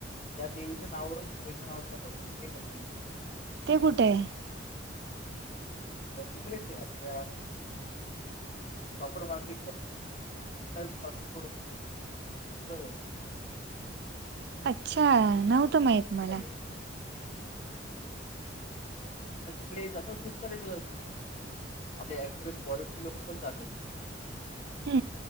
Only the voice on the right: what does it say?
ते कुठे आहे.
अच्छा नव्हतं माहित? मला.
हा.